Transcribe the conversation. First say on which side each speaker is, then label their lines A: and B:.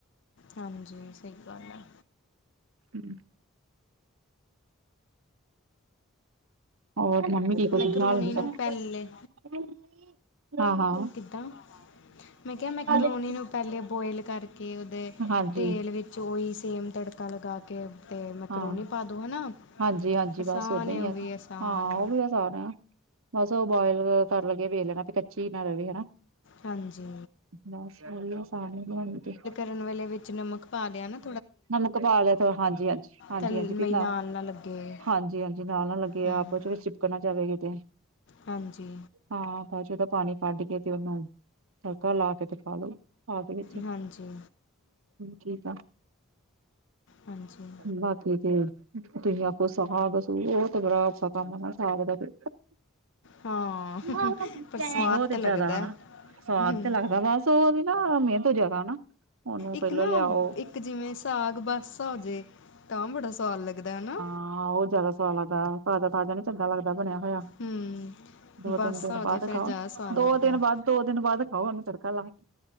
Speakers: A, on the left; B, on the right.
A: ਹਾਂਜੀ ਸਹੀ ਗੱਲ ਹੈ
B: <unintelligible> ਹੂੰ। ਹੋਰ ਮੰਮੀ ਠੀਕ ਓ
A: ਮੈਕਰੋਨੀ
B: <unintelligible>
A: ਨੂੰ ਪਹਿਲੇ
B: ਹਮ।
A: ਕਿੱਦਾ। ਮੈਂ ਕਿਆ ਮੈਕਰੋਣੀ
B: ਕੇ
A: ਨੂੰ ਪਹਿਲੇ ਬੋਇਲ ਕਰਕੇ ਉਦੇ
B: ਹਾਂਜੀ
A: ਤੇਲ ਵਿੱਚ ਓਈ ਸੇਮ ਤੜਕਾ ਲਗਾ ਕੇ ਤੇ ਮੈਕਰੋਨੀ
B: ਹਾਂ
A: ਪਾਦੋ ਹਨਾ
B: ਹਾਂਜੀ ਹਾਂਜੀ
A: ਆਸਾਨ
B: ਬਸ ਓਦਾਂ
A: ਐ
B: ਹੀ
A: ਉਵੀ
B: ਆ
A: ਆਸਾਨ
B: ਹਾਂ
A: ਐ।
B: ਉਹ ਵੀ ਆਸਾਨ ਆ ਬਸ ਉਅ ਬੋਇਲ ਕਰਨ ਲੱਗੇ ਵੇਖ ਲੈਣੈ ਵੀ ਕੱਚੀ ਨਾਂ ਰੈਵੇ ਹਨਾ।
A: ਹਾਂਜੀ
B: ਬਸ ਓਹੀਓ ਆਸਾਨ ਹੀ ਬਣਾਣੀ ਤੇ
A: ਉਬਲਣ ਵੇਲੇ ਵਿੱਚ ਨਮਕ ਪਾ ਦਿਆ ਨਾਂ।
B: ਨਮਕ ਪਾ ਲਿਆ ਥੋੜਾ ਹਾਂਜੀ- ਹਾਂਜੀ, ਹਾਂਜੀ-
A: ਥਲ
B: ਹਾਂਜੀ ਵੀ
A: ਮਈ
B: ਨਾ
A: ਨਾਲ ਲੱਗੇ
B: ਹਾਂਜੀ-ਹਾਂਜੀ ਨਾਲ ਨਾ ਲੱਗੇ।
A: ਹੂੰ
B: ਆਪਸ 'ਚ' ਚਿਪਕ ਨਾ ਜਾਵੇ ਕਿਤੇ।
A: ਹਾਂਜੀ।
B: ਹਾਂ ਬਾਅਦ 'ਚ' ਉਦਾ ਪਾਣੀ ਕੱਢ ਕੇ ਤੇ ਉਨੂੰ ਤੜਕਾ ਲਾ ਕੇ ਤੇ ਖਾ ਲੋ। ਬਾਦ ਵਿੱਚ, ਹੁਣ
A: ਹਾਂਜੀ,
B: ਠੀਕ ਆ।
A: ਹਾਂਜੀ।
B: ਬਾਕੀ ਤੇ ਤੁਹੀ ਆਖੋ ਸਾਗ-ਸੂ ਉਅ ਤੇ ਬੜਾ ਔਖਾ ਕੰਮ ਅਗਾ ਸਾਗ ਦਾ ਤੇ।
A: ਹਾਂ,
B: ਬੌਤ
A: ਪਰ ਸਵਾਦ ਤਾਂ ਲੱਗਦਾ।
B: ਜ਼ਾਦਾ ਹਨਾ।
A: ਹੈ।
B: ਸਵਾਦ
A: ਹੂੰ,
B: ਤੇ ਲੱਗਦਾ ਬੱਸ ਉਹ ਵੀ ਨਾ ਮਿਹਨਤ ਜਿਆਦਾ ਨਾ ਉਹਨੂੰ
A: ਇੱਕ ਨਾ
B: ਲਿਆਉ
A: ਇੱਕ ਜਿਵੇਂ ਸਾਗ ਬੱਸ ਆਜੇ ਤਾਂ ਬੜਾ ਸਵਾਦ ਲੱਗਦਾ ਹਨਾ
B: ਹਾਂ ਉਹ ਜ਼ਿਆਦਾ ਸਵਾਦ ਲੱਗਦਾ ਤਾਜਾ-ਤਾਜ਼ਾ ਨੀ ਚੰਗਾ ਲੱਗਦਾ ਬਣਿਆ ਹੋਇਆ।
A: ਹੂੰ,
B: ਦੋ,
A: ਬਾਸਾ
B: ਤਿੰਨ ਦਿਨ
A: ਹੋਜੇ
B: ਬਾਅਦ
A: ਫਿਰ
B: ਖਾਓ।
A: ਜ਼ਿਆਦਾ ਸਵਾਦ
B: ਦੋ
A: ਲੱਗਦਾ।
B: ਦਿਨ
A: ਹੈ।
B: ਬਾਅਦ, ਦੋ ਦਿਨ ਬਾਅਦ ਖਾਓ ਉਹਨੂੰ ਤੜਕਾ ਲਾ ਕੇ।